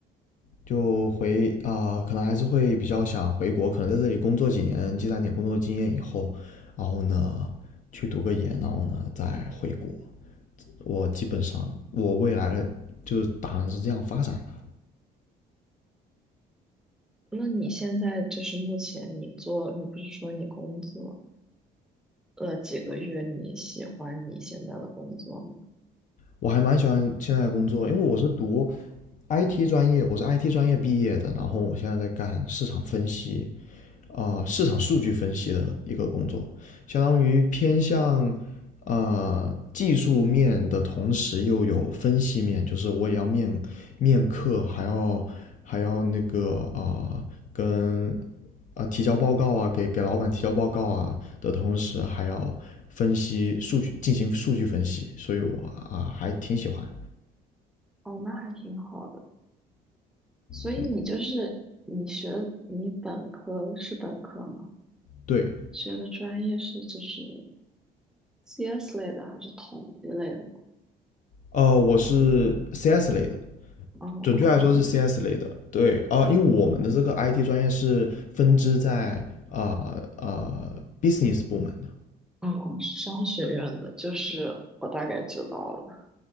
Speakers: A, on the left; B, in the centre.
A: 就回啊、可能还是会比较想回国，可能在这里工作几年，积攒点工作经验以后，然后呢去读个研，然后呢再回国。我基本上我未来的就是打算是这样发展的。
B: 那你现在就是目前你做，你不是说你工作了几个月，你喜欢你现在的工作吗？
A: 我还蛮喜欢现在的工作，因为我是读 IT 专业，我是 IT 专业毕业的，然后我现在在干市场分析，啊、呃市场数据分析的一个工作，相当于偏向呃技术面的同时又有分析面，就是我也要面面客，还要还要那个啊、呃跟啊、呃提交报告啊，给给老板提交报告啊的同时，还要分析数据，进行数据分析，所以我啊、还挺喜欢，
B: 哦，那还挺好的。所以你就是你学你本科是本科吗？
A: 对对，
B: 学的专业是就是 CS 类的还是统计类的吗？
A: 呃，我是 CS 类的，
B: 哦哦
A: 准确来说是 CS 类的。对，啊，因为我们的这个 IT 专业是分支在呃呃 business 部门的，
B: 哦，商学院的，就是我大概知道了，